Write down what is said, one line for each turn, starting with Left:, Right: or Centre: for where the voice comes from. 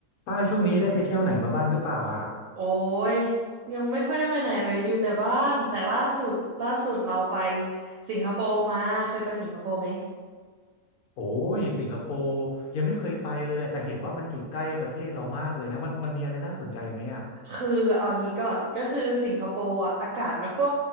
Left: ป้ายช่วงนี้ได้ไปเที่ยวไหนมาบ้างหรือเปล่าอ่ะ
Right: โอ้ยยังไม่ค่อยได้ไปไหนเลยอยู่แต่บ้านแต่ล่าสุดล่าสุดเราไปสิงคโปร์มาเคยไปสิงคโปร์ไหม
Left: โอ้ยสิงคโปร์ยังไม่เคยไปเลยอ่ะแต่เห็นว่ามันอยู่ใกล้ประเทศเรามากเลยนะมันมันมีอะไรน่าสนใจไหมอ่ะ
Right: คือเอางี้ก่อนก็คือสิงคโปร์อะอากาศมันก็